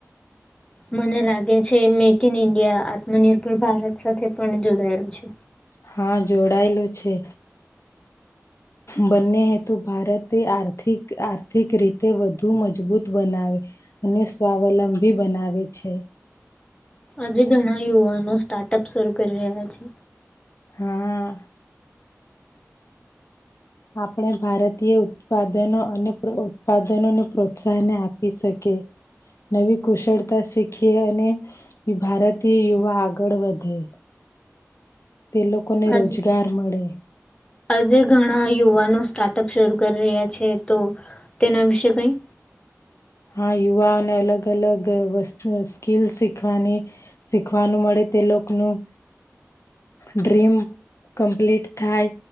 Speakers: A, on the left (about 20°); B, on the left (about 60°).
A: મને લાગે છે મેક ઇન ઇન્ડિયા આત્મનિર્ભર ભારત સાથે પણ જોડાયેલું છે.
B: હા જોડાયેલું છે બંને હેતુ ભારતે આર્થિક આર્થિક રીતે વધુ મજબૂત બનાવે અને સ્વાવલંબી બનાવે છે.
A: આજે ઘણા યુવાનો સ્ટાર્ટઅપ શરૂ કરી રહ્યા છે.
B: હા. આપણે ભારતીય ઉત્પાદનો અને ઉત્પાદનોને પ્રોત્સાહન આપી શકીએ નવી કુશળતા શીખીએ અને ભારતીય યુવા આગળ વધે. તે લોકોને
A: આજ
B: રોજગાર મળે.
A: આજે ઘણા યુવાનો સ્ટાર્ટઅપ શરૂ કરી રહ્યા છે તો તેના વિશે કઈ
B: હા યુવાઓને અલગ અલગ વસ્તુ સ્કિલ શીખવાની શીખવાનું મળે તે લોકોનું ડ્રીમ કમ્પ્લીટ થાય